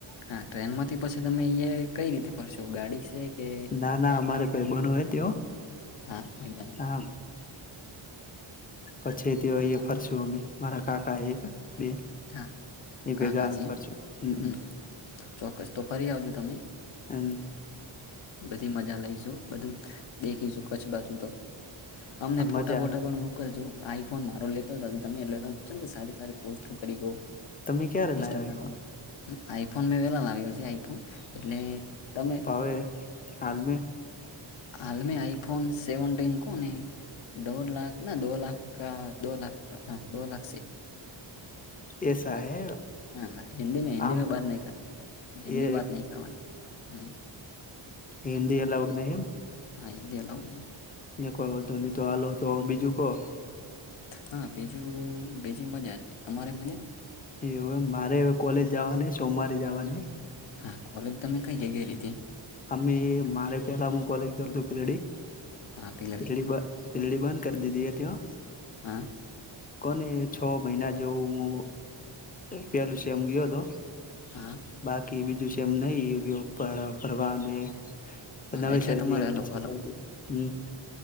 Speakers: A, on the left (about 65°); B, on the left (about 20°).
A: હા ટ્રેન માંથી પછી તમે કઈ રીતે ફરશો ગાડી છે કે
B: ના ના અમારે ભાઈ બનવ હ તે
A: હા ભાઈ બનાવ
B: હા પછી તે અ ફરશું અમે મારા કાકા એક બે
A: હા
B: એ
A: કા
B: ભેગા
A: કાં
B: અમે
A: છે
B: ફરશું
A: એમ
B: હમ
A: હ ચોક્કસ તો ફરી આવજો તમે
B: હમ <unintelligible>
A: બધી મજા લઈશુ બધું દેખીશું કચ્છ બાજુ તો અમને
B: મજા
A: ફોટા ફોટા
B: આવે
A: પણ ગગલ જો આઈફોન મારો લેતો તમે એટ સારી સારી પોસ્ટ કરી ગયો
B: તમે ક્યારે
A: ઇન્સ્ટાગ્રામમાં
B: લાવ્યા આઈફોન
A: આઈફોન મેં વેલા લાવ્યો છે એટલે તમે
B: હ <unintelligible> કાલમે <unintelligible>
A: હાલમે આઈફોન સેવનન્ટન કોનેહી દોઢ લાખ ના દો લાખ કા દો લાખ દો લાખ છે
B: એસા હે
A: હા હિન્દી મે હિન્દી
B: આમ
A: મે બત નહી કર
B: એ
A: હિન્દી વાત નહી કરવાની હમ
B: એ દ એલા ઉ ના એ
A: હા એદી અ લાવઉને
B: કોઈ વધો નહી તો હાલવ તો બીજું કોહ
A: હા બીજું બીજી મજા તમારે મજા
B: એવ મારે કોલેજ જવા ન સોમવારે જવા ન
A: હા કોલેજ દમે કઈ જગે ર હતી.
B: અમ્મે મારે પેલા હું કોલેજ કર તું પિલડી
A: હા પીલડી
B: પીડી. પિિલ્ડી બંધ કરી દીધી હતી તયો.
A: હં.
B: કોને છ મહિના જેવું હું. પેલું સેમ ગયો હતો
A: હા
B: બાકી બીજું સેમ નહ. યોગ્ય પ્રવાહ ને
A: હા
B: નવેસર
A: એટલે તમારે
B: થી <unintelligible>
A: હલો હલો